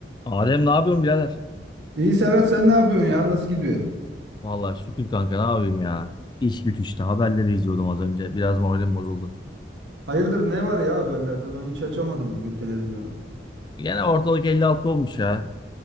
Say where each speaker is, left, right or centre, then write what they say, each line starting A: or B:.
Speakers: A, on the left (about 25°); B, on the right (about 75°).
A: Adem ne yapıyorsun birader?
B: İyi Serhat sen ne yapıyorsun ya? Nasıl gidiyor?
A: Vallahi şükür kanka ne yapayım ya. İş güç işte haberleri izliyordum az önce. Biraz moralim bozuldu.
B: Hayırdır ne var ya haberlerde? Ben hiç açamadım bugün televizyonu.
A: Gene ortalık 56 olmuş ya.